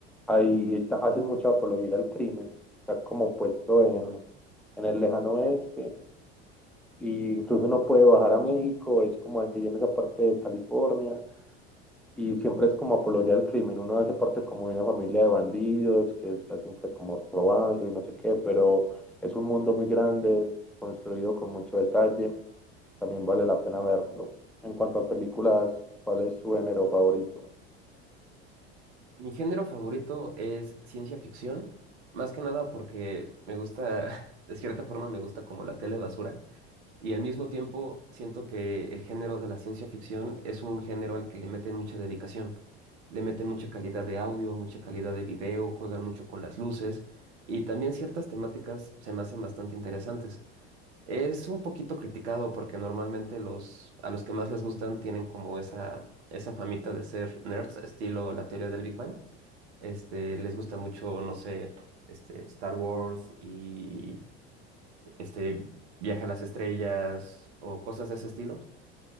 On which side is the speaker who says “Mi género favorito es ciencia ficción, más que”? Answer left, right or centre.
Right